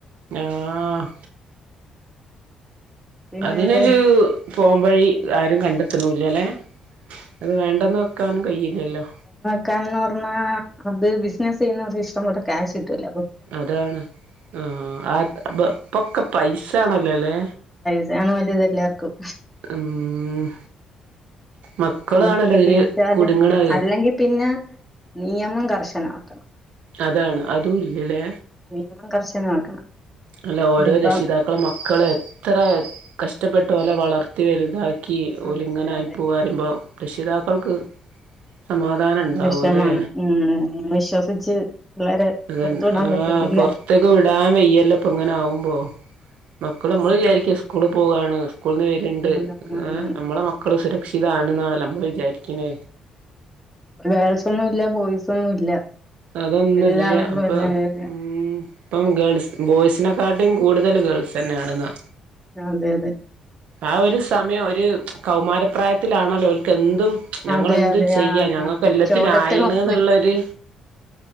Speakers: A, on the right (about 75°); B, in the centre.
A: ആഹ്
B: പിന്നെന്തോ
A: അതിനൊരു പോംവഴി ആരും കണ്ടെത്തുണൂല്ല ലേ അത് വേണ്ടെന്ന് വെക്കാനും കയ്യില്ലല്ലോ.
B: ക്കാന്ന് പർണാ അത് ബിസിനസ് ചെയ്യുന്നവർക്ക് ഇഷ്ടം പോലെ ക്യാഷ് കിട്ടൂല.
A: അതാണ് ആഹ് ആ ഇപ്പൊക്കെ പൈസേണല്ലോ ലേ
B: അതാണ് വലുത് എല്ലാർക്കും.
A: ഉം മക്കളാണല്ലോ
B: <unintelligible>
A: ഇതില്
B: പിടിച്ചാല്
A: കുടുങ്ങണത്
B: അല്ലെങ്കി പിന്നെ നിയമം കർശനാക്കണം
A: അതാണ് അതൂ ഇല്ലല്ലേ
B: നിയമം കർശനമാക്കണം
A: അല്ല ഓരോ
B: ഇതിപ്പം
A: രക്ഷിതാക്കളും മക്കളെ എത്ര കഷ്ട്ടപ്പെട്ട് ട്ട് ഓല വളർത്തി വല്തായി ക്കി ഓൽ
B: അതെ
A: ഇങ്ങനായി
B: അതെ അതെ
A: പോകറയുമ്പോ രക്ഷിതാക്കൾക്ക് സമാധാനം ഉണ്ടാവല്ലെ
B: വിഷമാണ് ഉം വിശ്വസിച്ച് പിള്ളേരെ
A: അതന്നെ
B: പുറത്തു വിടാൻ
A: ആ
B: പറ്റത്തില്ല
A: പുറത്തെക്ക് വിടാൻ വയ്യല്ലോ ഇ അങ്ങനകുമ്പോ മക്കൾ നമ്മള്
B: അതെ
A: വിചാരിക്കും
B: അതെ
A: സ്കൂൾ പോവാണ് സ്കൂളിൽന്ന് വെര്ണ്ട്
B: ആണാണ് ആണാണ്
A: ഏ നമ്മളെ മക്കൾ സുരക്ഷിതാണ്ന്നാണല്ലോ നമ്മള് വിചാരികിനെ
B: ഗെൾസോന്നും ഇല്ല, ബോയ്സോന്നും ഇല്ല.
A: അതോന്നുല്ല
B: എല്ലാവരും
A: ഇപ്പം,
B: എല്ലാവരും
A: ഉം, ഇപ്പം, ഗേൾസ് ബോയ്സിനെക്കാ ട്ടിം, കൂടുതല് ഗെൾസെന്നെയാണെന്നാ.
B: അതെ അതെ
A: ആ ഒരു സമയം ഒരു കൗമാരപ്രായത്തിലാണല്ലോ ഓൽക്കെന്തും ഞങ്ങളെന്തും
B: അതെ അതെ
A: ചെയ്യ.
B: ആ
A: ഞങ്ങക്ക്
B: ആ
A: എല്ലത്തിനും
B: ചോരത്തിളപ്പ്
A: ആയിണ്ന്ന്ള്ളരു